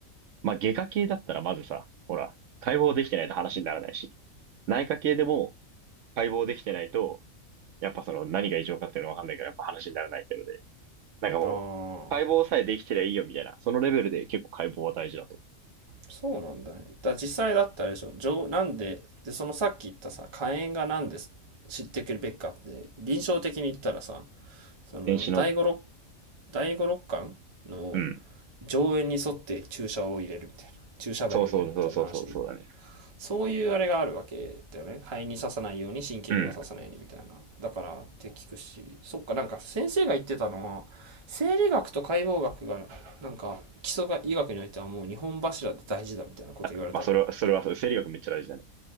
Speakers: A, on the right; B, on the right.
A: まあ、外科系だったらまずさ、ほら、解剖できてないと話にならないし、内科系でも解剖できてないと、やっぱその何が異常かっていうのわかんないからやっぱ話にならないっていうので、なんかもう、
B: あ、ああ、
A: 解剖さえできてりゃいいよみたいな、そのレベルで結構解剖は大事だと。
B: そうなんだね。だから実際だったらあれでしょ、上、なんで、で、そのさっき言ったさ、火炎がなんで知ってくるべきかって、臨床的に言ったらさ、その、
A: 電子の、
B: 第五六、第五六巻の
A: うん。
B: 上縁に沿って注射を入れるみたいな、注射針を入れるみたいな話
A: そうそうそうそうそうそうだね。
B: そういうあれがあるわけだよね。肺に刺さないように、神経にも刺さないようにみたいな。
A: うん。
B: だからって聞くし、そっか、なんか先生が言ってたのは、生理学と解剖学が、なんか基礎が医学においてはもう日本柱で大事だみたいなこと言われたのよ。
A: まあ、それは、それは、生理学めっちゃ大事だね。